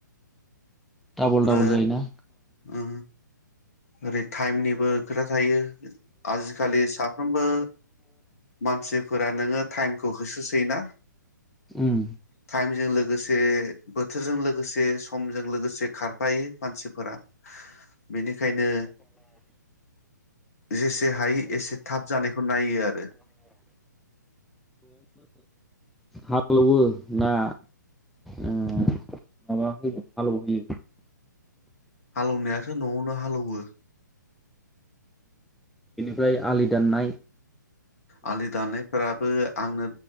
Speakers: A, in the centre; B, on the left.
A: डाबल डाबल
B: आ
A: जायोना
B: ओ ओरै थाइमनिबो खोथा थायो आजिखालि साफ्रोमबो मानसिफोरा नोङो थाइमखौ होसौसोयो ना?
A: उम
B: थाइमजों लोगोसे बोथोरजों लोगोसे समजों लोगोसे से खारफायो मानसिफोरा बेनिखायनो जेसे हायो एसे थाब जानायखौ नायो आरो
A: हालवो ना ओ माबा होयो हालौहोयो
B: हालएवनायाथ' न'आवनो हालौवो
A: ओमफ्राय आलि दाननाय
B: आलि दानायफोरा बो आंनो